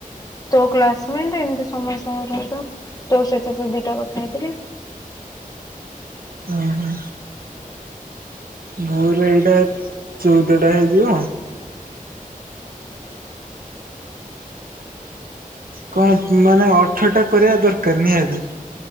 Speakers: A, on the left; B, on the right.
A: ତୋ କ୍ଲାସମେଟ, ଏମତି ସମସ୍ତଙ୍କ ସହିତ, ତୋ ସହିତ ଦିଟା କଥା ହେଇଥିଲି।
B: ଓ ହୋ। ମୋର ଏଇଟା ଚଉଦଟା ହେଇଯିବ। କଣ ମାନେ ଅଠରଟା କରିବା ଦରକାର ନିହାତି।